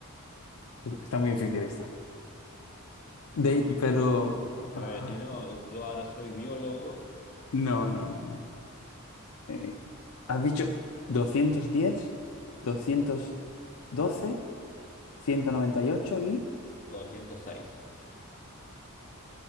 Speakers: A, on the left; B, on the left.
A: Está muy difícil esta. De,
B: Sí.
A: pero...
B: Me
A: ah,
B: va a decir, no, yo ahora soy biólogo
A: No, no, no. no. Eh, has dicho doscientos diez, doscientos doce ciento noventa y... ocho y
B: doscientos seis